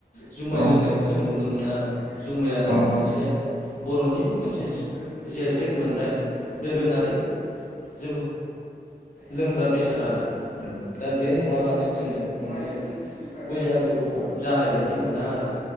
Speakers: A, on the left; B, on the right.
A: जुमाय
B: औ उम
A: लोंनायखौ जों नुनो मोनो आरो जुमायानो
B: औ उम औ उम औ उम औ
A: मोनसे बर'नि मोनसे जु जेआइटेक मोननाय दोरोङारि जौ लोंग्रा बेसाद आरो दा बे नङाबानो जोंङो माने बैसागु खौ जानाय बायदि मोना आरो